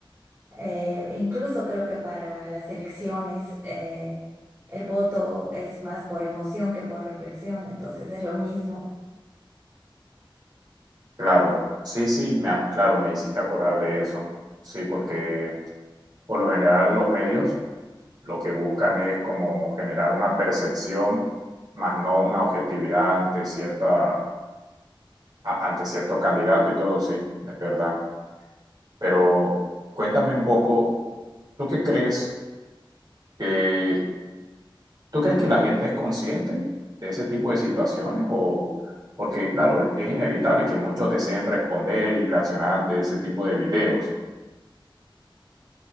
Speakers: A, on the right; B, on the right.
A: Eh, incluso creo que para las elecciones eh, el voto es más por emoción que por reflexión, entonces es lo mismo.
B: Claro, sí, sí, me, a- claro, me hiciste acordar de eso. Sí, porque por lo general los medios lo que buscan es como generar una percepción, más no una objetividad ante cierta, a- ante cierto candidato y todo, sí, es verdad. Pero cuéntame un poco, ¿tú qué crees que ¿Tú crees que la gente es consciente de ese tipo de situaciones? O porque, claro, es inevitable que muchos deseen responder y reaccionar ante ese tipo de videos.